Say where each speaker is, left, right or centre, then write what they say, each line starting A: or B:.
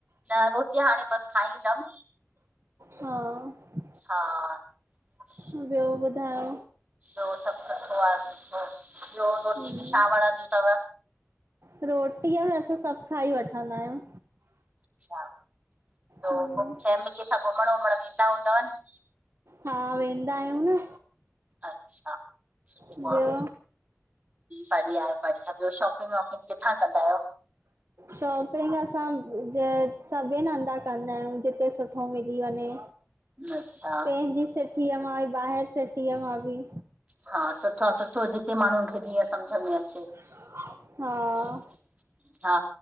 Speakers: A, on the right; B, on the right.
A: न रोटी हाणे बस खाईंदम।
B: हा --
A: हा --
B: ॿियो ॿुधायो।
A: ॿियो सभु सुठो आहे सुठो आहे ॿियो रोटी
B: हम्म
A: में छा वणंदिय अथव।
B: रोटीअ में असां सभु खाई वठंदा आहियूं।
A: अच्छा पोइ
B: हम्म
A: पोइ फैमिलीअ सां घुमण वुमण व ईंददा हूंदव न।
B: हा वेंदा आहियूं न।
A: अचछा सुठ
B: ॿियो
A: आहे। बढ़िया बढ़िया ॿियो शॉपिंग वॉपिंग किथां कंदा आहियो।
B: शॉपिंग असां जं -- सभिनिधधा कंदा आहियूं जिते सुठो मिली वञे
A: अच्छा
B: पंहिंजी। टी एम आी बाहिर स टी एम आबी।
A: हा सुठो आहे सुठो जिते माण्हुनि खे जीअं समुझ में अचे।
B: हा --
A: । हा